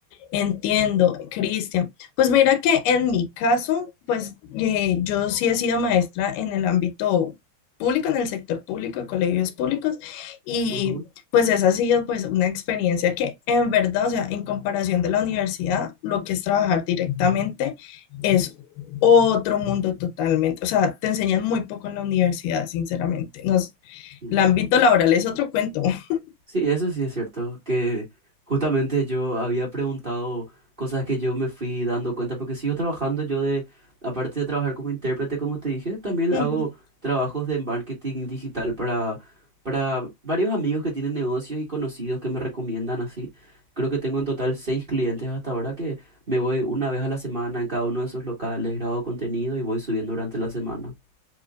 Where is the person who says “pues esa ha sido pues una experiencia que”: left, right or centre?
Left